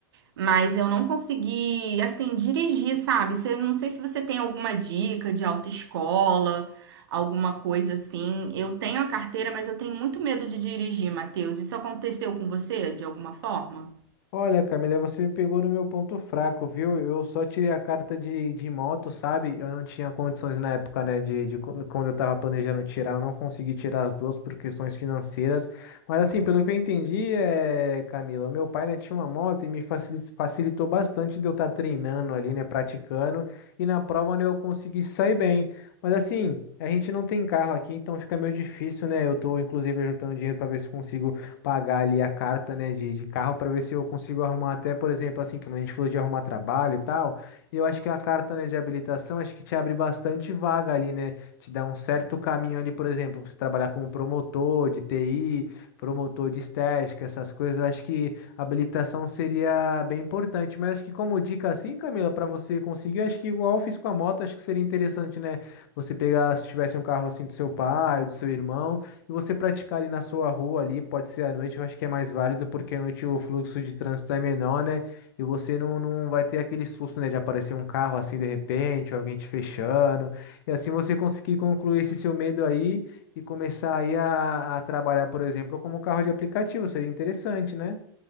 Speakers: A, on the right; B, on the left.
A: Mas eu não consegui, assim, dirigir, sabe? Você, não sei se você tem alguma dica de autoescola, alguma coisa assim. Eu tenho a carteira, mas eu tenho muito medo de dirigir, Matheus. Isso aconteceu com você de alguma forma?
B: Olha, Camila, você me pegou no meu ponto fraco, viu? Eu só tirei a carta de, de moto, sabe? Eu não tinha condições na época, né? De, de quando quando eu tava planejando tirar, eu não consegui tirar as duas por questões financeiras. Mas assim, pelo que eu entendi, é, Camila, meu pai, né, tinha uma moto e me facili- facilitou bastante de eu estar treinando ali, né? Praticando. E na prova, né, eu consegui sair bem. Mas assim. A gente não tem carro aqui, então fica meio difícil, né? Eu tô, inclusive, juntando dinheiro para ver se consigo pagar ali a carta, né, de, de carro para ver se eu consigo arrumar até, por exemplo, assim, como a gente falou de arrumar trabalho e tal, e eu acho que a carta, né, de habilitação, acho que te abre bastante vaga ali, né, te dá um certo caminho ali, por exemplo, você trabalhar como promotor de TI, promotor de estética, essas coisas, eu acho que a habilitação seria bem importante, mas acho que como dica assim, Camila, para você conseguir, acho que igual eu fiz com a moto, acho que seria interessante, né, você pegar, se tivesse um carro assim do seu pai, do seu irmão, e você praticar ali na sua rua ali, pode ser à noite, eu acho que é mais válido, porque à noite o fluxo de trânsito é menor, né? E você não, não vai ter aquele susto, né, de aparecer um carro assim de repente, ou alguém te fechando. E assim você conseguir concluir esse seu medo aí e começar aí a, a trabalhar, por exemplo, como carro de aplicativo, seria interessante, né?